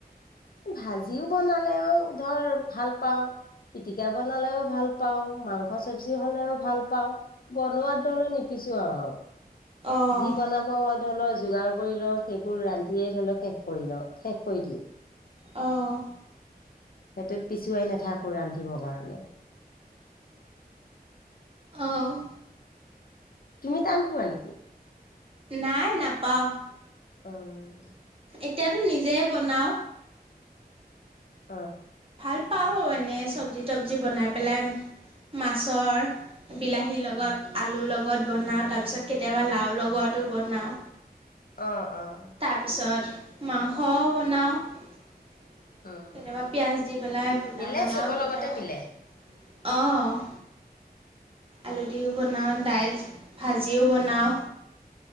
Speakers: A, on the left; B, on the right.
A: ভাজিও বনালেও ধৰ ভালপাওঁ, পিটিকা বনালেও ভাল পাওঁ, মাংস চবজি হ'লেও ভাল পাওঁ, বনোৱাত ধৰিলেও নিপিছোৱাও আৰু
B: অঁ
A: যি বনা পো ধৰি লও, যোগাৰ কৰি লো, সেইবোৰ ৰান্ধিয়ে ধৰি লও শেষ কৰি ল' শেষ কৰি দিও।
B: অ'।
A: সেইটোত পিছুৱাই নাথাকো ৰান্ধিবৰ কাৰণে।
B: অহ।
A: তুমি টান পোৱা নেকি?
B: নাই নাপাওঁ। এ
A: অ',
B: এতিয়াতো নিজে বনাও।
A: অ'।
B: ভাল পাওঁ। এনে চবজি -তবজি বনাই পেলাই মাছৰ, বিলাহীৰ লগত আলুৰ লগত বনাও, তাৰপিছত কেতিয়াবা লাওৰ লগতো বনাও।
A: অ'। অ',
B: তাৰপিছত মাংস বনাও। কেতিয়াবা
A: উম।
B: পিয়াজ দি পেলাই ঘূণা
A: মিলে
B: বনাও
A: চবৰ
B: কেতিয়াবা
A: লগতে মিলে
B: অ' আলু দিও বনাও, দাইল ভাজিও বনাও।